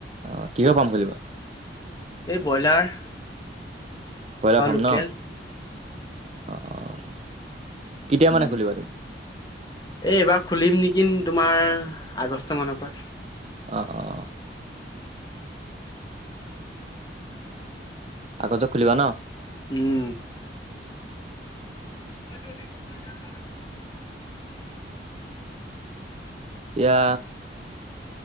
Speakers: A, on the right (about 35°); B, on the left (about 20°).
A: অ কিহৰ ফাৰ্ম খুলিবা
B: এই ব্ৰইলাৰ
A: ব্ৰইলাৰ
B: বা
A: ফাৰ্ম
B: লোকেল
A: ন? অ', অ'। কেতিয়া মানে
B: উম,
A: খুলিবা তুমি?
B: এইবাৰ খুলিম নেক কিন তোমাৰ আগষ্ট মানৰ পৰা।
A: অ', অ'। আগতে খুলিবা ন'?
B: উম। <inaudible>
A: এতিয়া